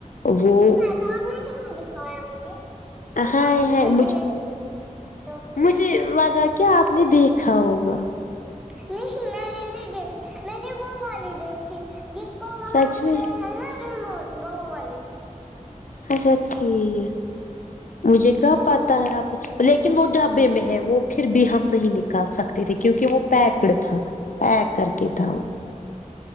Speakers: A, on the left (about 70°); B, in the centre.
A: وہ
B: کب نے کہاں دکھایا مجھے میں
A: ہاے
B: کہاں
A: ہاے
B: سے
A: مھ
B: دیکھی تو پھر
A: مجھے لگا کہ کیا آپ نے دیکھا ہوگا
B: نہیں میں نے نہیں دیکھی میں نے وہ والی دیکھی جس کو وہاں
A: سچ میں
B: سے ہے نا ریموٹ وہ والے
A: اچھا ٹھیک مجھے کہاں پتہ ہے آپ لیکن وہ ڈھبے میں ہے وہ پھر بھی ہم نہیں نکال سکتے تھے کیونکہ وہ پیکڈ تھا پیک کر کے تھا